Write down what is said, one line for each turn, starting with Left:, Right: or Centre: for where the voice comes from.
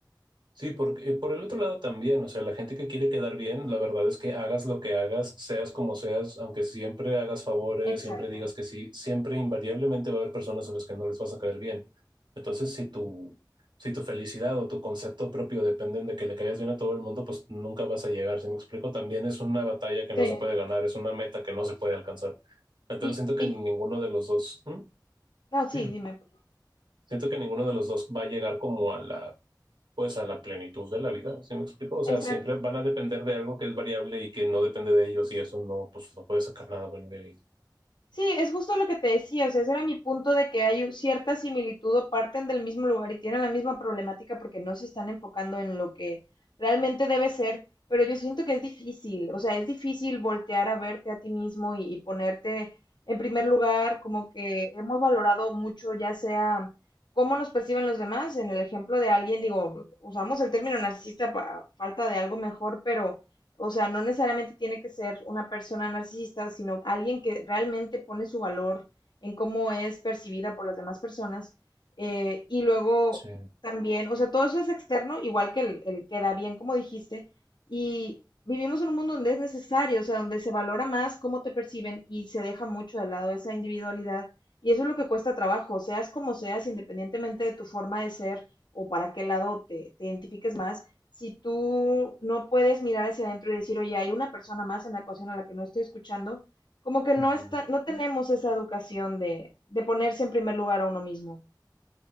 Right: Sí, porque por el otro lado también, o sea, la gente que quiere quedar bien, la verdad es que hagas lo que hagas, seas como seas, aunque siempre hagas favores,
Left: Exacto.
Right: siempre digas que sí, siempre invariablemente va a haber personas a las que no les vas a caer bien. Entonces, si tu, si tu felicidad o tu concepto propio dependen de que le caigas bien a todo el mundo, pues nunca vas a llegar. Si me explico, también es una batalla que no
Left: Sí.
Right: se puede ganar, es una meta que no se puede alcanzar. Entonces,
Left: Y,
Right: siento que
Left: y,
Right: ninguno de los dos, <clears throat>
Left: no, sí,
Right: ¿Mm?
Left: dime. por favor.
Right: siento que ninguno de los dos va a llegar como a la pues a la plenitud de la vida, ¿sí me explico? O sea,
Left: Exacto.
Right: siempre van a depender de algo que es variable y que no depende de ellos y eso no, pues no puedes sacar nada bueno de ahí.
Left: Sí, es justo lo que te decía, o sea, ese era mi punto de que hay u- cierta similitud o parten del mismo lugar y tienen la misma problemática porque no se están enfocando en lo que realmente debe ser, pero yo siento que es difícil, o sea, es difícil voltear a verte a ti mismo y, y ponerte en primer lugar, como que hemos valorado mucho, ya sea cómo nos perciben los demás, en el ejemplo de alguien, digo, usamos el término narcisista para falta de algo mejor, pero O sea, no necesariamente tiene que ser una persona narcisista, sino alguien que realmente pone su valor en cómo es percibida por las demás personas. Eh, y luego
Right: Sí.
Left: también, o sea, todo eso es externo, igual que el, el queda bien, como dijiste. Y vivimos en un mundo donde es necesario, o sea, donde se valora más cómo te perciben y se deja mucho de lado esa individualidad. Y eso es lo que cuesta trabajo, seas como seas, independientemente de tu forma de ser o para qué lado te, te identifiques más si tú no puedes mirar hacia adentro y decir, oye, hay una persona más en la ecuación a la que no estoy escuchando, como que
Right: Ujú.
Left: no está, no tenemos esa educación de, de ponerse en primer lugar a uno mismo.